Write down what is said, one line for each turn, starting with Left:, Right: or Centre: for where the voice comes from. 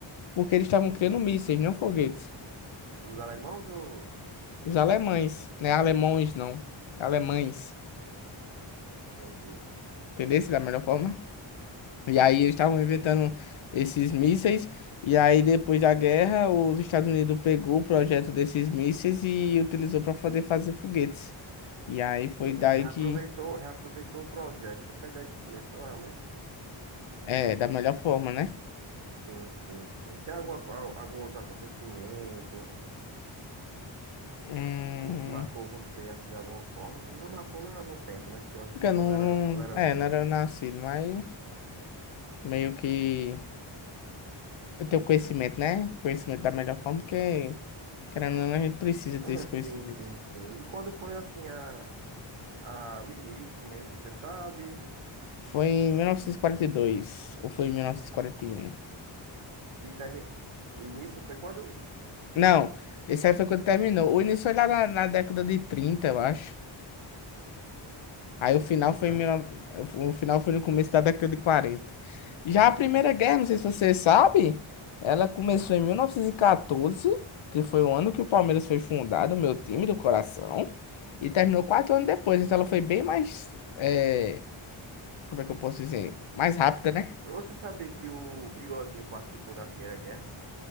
Left: Porque eles estavam criando mísseis, não foguetes.
Right: Os alemãos ou...
Left: Os alemães, né? Alemões, não. Alemães.
Right: Entendi.
Left: Entendeu? Da melhor forma. E aí eles estavam inventando esses mísseis. E aí, depois da guerra, os Estados Unidos pegou o projeto desses mísseis e utilizou para poder fazer foguetes. E aí foi
Right: Sim,
Left: daí
Right: você reaproveitou,
Left: que.
Right: reaproveitou o projeto. Foi daí que começou realmente?
Left: É, da melhor forma, né?
Right: Sim, sim, sim. Tem alguma, co- al- algum outro acontecimento
Left: Hum,
Right: que, que marcou você, assim, de alguma forma, né? Não marcou na, no tempo, né? Porque eu acho
Left: porque
Right: que você
Left: eu não,
Right: não era, não
Left: não-
Right: era
Left: É,
Right: vivo.
Left: não era nascido, mas meio que.
Right: Sim,
Left: Eu tenho conhecimento,
Right: sim.
Left: né? Conhecimento da melhor forma, porque, querendo ou não, a gente precisa ter
Right: <laughs>
Left: esse conhecimento.
Right: Sim, sim, sim. E quando foi, assim, a, a, o início mesmo, você sabe?
Left: Foi em 1942, ou foi em 1941?
Right: E também, o início foi quando?
Left: Não, esse aí foi quando terminou. O início foi lá na, na década de 30 eu acho. Aí
Right: De
Left: o final
Right: trinta
Left: foi em 19
Right: né?
Left: o final foi no começo da década de 40. Já a Primeira Guerra, não sei se você sabe, ela começou em 1914, que foi o ano que o Palmeiras foi fundado, o meu time do coração, e terminou quatro anos depois. Então ela foi bem mais, eh, como é que eu posso dizer? Mais rápida, né?
Right: Você sabia que o Bigodinho participou da Primeira Guerra?